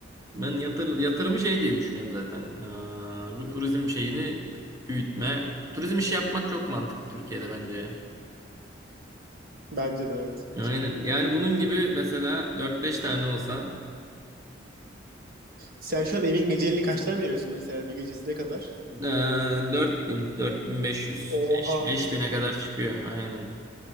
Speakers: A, on the right; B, on the right.
A: ben yatır, yatırımı şey diye düşünüyorum zaten. Ee, bu turizm şeyini büyütme. Turizm işi yapmak çok mantıklı Türkiye'de bence. ya.
B: Bence de evet.
A: Aynen. Yani bunun gibi mesela 4-5 tane olsa
B: Sen şu an evin geceliğini kaçtan veriyorsun mesela bir gecesi ne kadar?
A: Ee, 4000, 4500,
B: Oha.
A: 5
B: Hiç
A: bin'e
B: mi?
A: kadar çıkıyor aynen.